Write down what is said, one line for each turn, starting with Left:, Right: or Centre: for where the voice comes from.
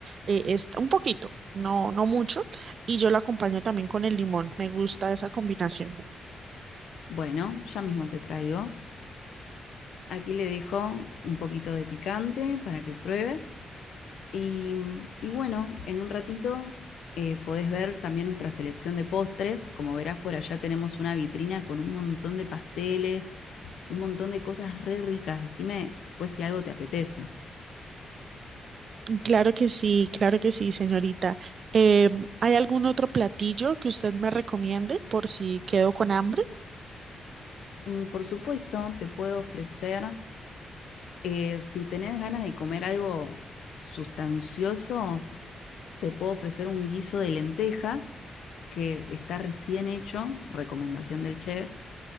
Right: eh, es- un poquito, no, no mucho, y yo lo acompaño también con el limón. Me gusta esa combinación.
Left: Bueno, ya mismo te traigo. Aquí le dejo un poquito de picante para que pruebes. Y, y bueno, en un ratito eh, podés ver también nuestra selección de postres. Como verás, por allá tenemos una vitrina con un montón de pasteles, un montón de cosas re ricas. Decime después si algo te apetece.
Right: Claro que sí, claro que sí, señorita. Eh, ¿hay algún otro platillo que usted me recomiende por si quedo con hambre?
Left: Mm, Por supuesto, te puedo ofrecer, eh, si tenés ganas de comer algo sustancioso, Te puedo ofrecer un guiso de lentejas que está recién hecho, recomendación del chef.